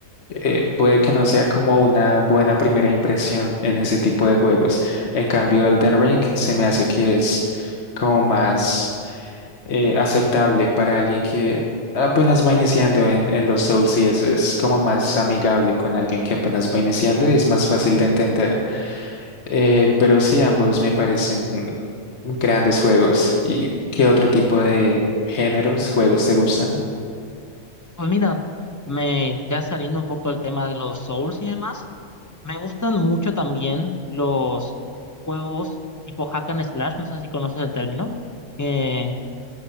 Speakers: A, on the left; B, on the left.
A: eh, puede que no sea como una buena primera impresión en ese tipo de juegos. En cambio, Elden Ring se me hace que es como más eh, aceptable para alguien que apenas va iniciando en, en los Souls y eso es como más amigable con alguien que apenas va iniciando y es más fácil de entender. Eh, pero sí, ambos me parecen grandes juegos. ¿Y qué otro tipo de géneros, juegos te gustan?
B: Pues mira, me, ya saliendo un poco del tema de los Souls y demás, me gustan mucho también los juegos tipo hack and slash, no sé si conoces el término que